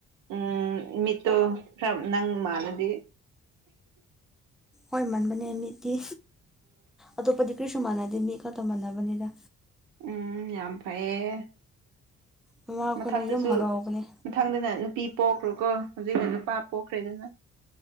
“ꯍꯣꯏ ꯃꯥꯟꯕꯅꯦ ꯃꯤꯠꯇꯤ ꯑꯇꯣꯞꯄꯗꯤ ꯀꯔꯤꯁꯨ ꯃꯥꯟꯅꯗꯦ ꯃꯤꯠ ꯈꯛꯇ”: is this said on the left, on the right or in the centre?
Centre